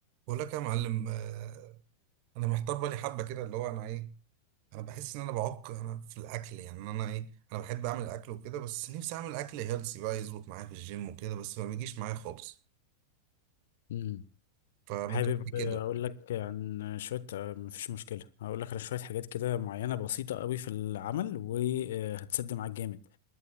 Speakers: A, on the right (about 45°); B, on the left (about 60°).
A: بقول لك يا معلم آه، انا محتار بالي حبه كده اللي هو انا ايه انا بحس ان انا بعق انا في الاكل يعني انا ايه انا بحب اعمل اكل وكده بس نفسي اعمل اكل هيلسي بقى يظبط معايا في الجيم وكده بس ما بيجيش معايا خالص
B: مم.
A: فما
B: حابب
A: تقول لي كده
B: اقول لك عن شويه آه، مفيش مشكله هقول لك على شويه حاجات كده معينه بسيطه قوي في العمل وهتسد معاك جامد